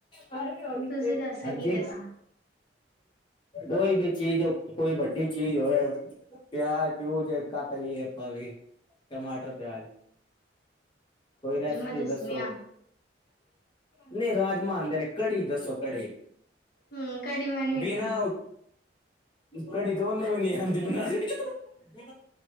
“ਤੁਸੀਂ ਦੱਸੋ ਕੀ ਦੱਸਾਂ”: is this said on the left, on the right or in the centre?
Left